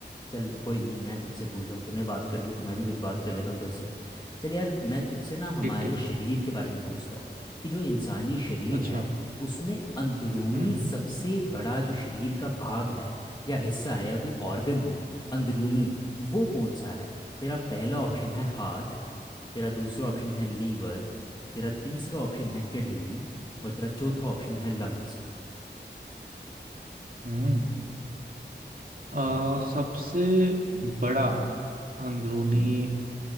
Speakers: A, on the left; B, on the right.
A: चल कोई नहीं मैं तुझसे पूछ रहा हूँ तूने बात कर दी तो मैं भी कुछ बात कर लेता हूँ तुझसे चल यार मैं तुझसे ना हमारे
B: ठीक ठीक
A: शरीर के बारे में पूछता हूँ कि जो इंसानी शरीर
B: अच्छा
A: है उसमें अंदरूनी
B: हम्म
A: सबसे बड़ा जो शरीर का भाग है या हिस्सा है या कोई ऑर्गन है अंदरूनी वो कौन सा है तेरा पहला ऑप्शन है हार्ट तेरा दूसरा ऑप्शन है लीवर तेरा तीसरा ऑप्शन है किडनी और तेरा चौथा ऑप्शन है लंग्स
B: हम्म अ,
A: हम्म
B: सबसे बड़ा अंदरूनी
A: हम्म।